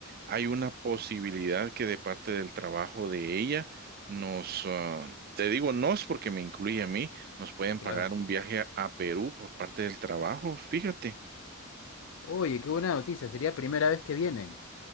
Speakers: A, on the right; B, on the left.
A: hay una posibilidad que de parte del trabajo de ella nos, ah, te digo nos porque me incluye a mí, nos pueden
B: Claro.
A: pagar un viaje a a Perú por parte del trabajo, fíjate.
B: Oye, qué buena noticia, sería primera vez que vienen.